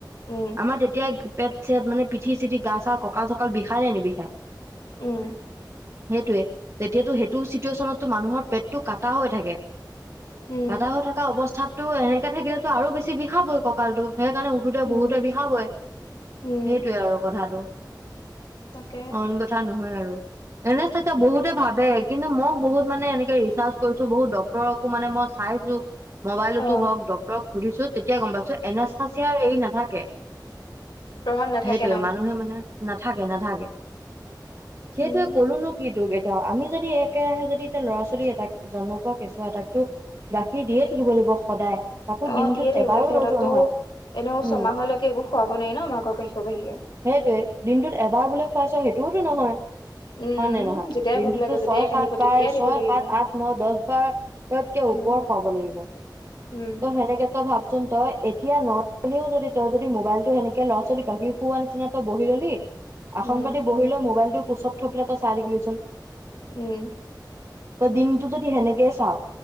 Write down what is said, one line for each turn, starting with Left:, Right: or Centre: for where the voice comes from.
Left: উম
Right: আমাৰ তেতিয়া পেট চেত মানে পিঠি চিঠি গা চা কঁকাল চকাল বিষাই নে নিবিষাই।
Left: উম
Right: সেইটোৱে তেতিয়াতো সেইটো চিটুৱেশ্যনতটো মানুহৰ পেটটো কাটা হৈ থাকে।
Left: উম
Right: গাদা হৈ থকা অৱস্থাতো এনেকে থাকিলেতো আৰু বেছি বিষাবই কঁকালটো। সেইকাৰণে উঠোতে
Left: উম
Right: বহুতে বিষা বই সেইটোৱে
Left: উম
Right: আৰু কথাটো।
Left: তাকে
Right: অইন কথা নহয় আৰু। এনে চাকে বহুতে ভাবে কিন্তু মই বহুত মানে এনেকে ৰিচাৰ্চ কৰিছো বহুত ডক্তৰকো মানে মই চাই আহিছোঁ। মবাইলতো
Left: অ
Right: হওক ডক্তৰক সুধিছো তেতিয়া গম পাইছো এনেচাচিয়াৰ হেৰি নাথাকে
Left: প্ৰভাৱ নাথাকে
Right: সেইটোৱে
Left: ন
Right: মানুহে মানে নাথাকে নাথাকে সেইটোৱে
Left: উম
Right: কলো নো কি। এতিয়াও আমি যদি একেৰাহে যদি এতিয়া ল'ৰা ছোৱালী এটাক জন্ম পোৱা কেঁচুৱা এটাকতো গাখীৰ দিয়ে থাকিব লাগিব সদায়। তাকো
Left: অ
Right: দিনটোত
Left: দিয়ে থাকে
Right: এবাৰো
Left: বোলে সিহঁতক
Right: লওতো
Left: তো
Right: নহয়
Left: এনেও
Right: উম
Left: ছমাহলৈকে একো খোৱাব নোৱাৰি ন মাকৰ গাখীৰৰ বাহিৰে।
Right: সেইটোৱে দিনটোত এবাৰ বোলে খুৱাইছ সেইটোওতো নহয়
Left: উম
Right: হয় নে নহয়
Left: যেতিয়াই
Right: দিনটোতো
Left: ভোক লাগে যেতিয়াই
Right: ছয়
Left: কান্দিব
Right: সাত বাৰ
Left: তেতিয়াই দিব
Right: ছয়
Left: লাগিব
Right: সাত আঠ ন দহ বাৰতকে
Left: উম
Right: ওপৰ খোৱাব লাগিব
Left: উম
Right: ত সেনেকে তই ভাবচোন তই এতিয়া নহলেও যদি তই যদি মোবাইলটো সেনেকে ল'ৰা ছোৱালী গাখীৰ খোৱাৰ নিচিনা তই বহি ললি আসন
Left: উম
Right: পাতি বহিলৈ মোবাইলটো কোচত থৈ পেলাই তই চাই থাকিবি চুন।
Left: উম
Right: ত দিনটো যদি সেনেকে চাওঁ